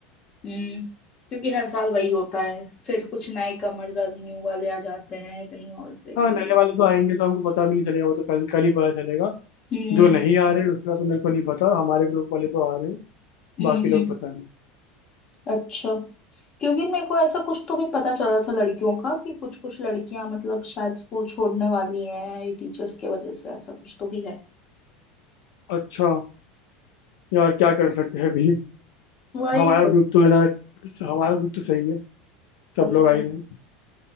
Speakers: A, on the left; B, on the left.
A: हम्म क्योंकि हर साल वही होता है फिर कुछ नए कमर्स न्यू वाले आ जाते हैं कहीं और से
B: हाँ नए
A: ये
B: वाले तो आएंगे तो हमको पता भी नहीं चलेगा वो तो कल कल ही पता चलेगा
A: हम्म
B: जो नहीं आ रहे उसका तो मेरे को नहीं पता हमारे ग्रुप वाले तो आ रहे हैं
A: हम्म
B: बाकी लोग
A: हम्म,
B: पता नहीं
A: अच्छा क्योंकि मेरे को ऐसा कुछ तो भी पता चला था लड़कियों का कि कुछ कुछ लड़कियां मतलब शायद स्कूल छोड़ने वाली हैं ये टीचर्स के वजह से ऐसा कुछ तो भी है
B: अच्छा यार क्या कर सकते हैं अभी
A: वही
B: हमारा
A: तो
B: ग्रुप तो है ना हमारा ग्रुप तो सही है
A: सही
B: सब लोग आ
A: है
B: ही रहे हैं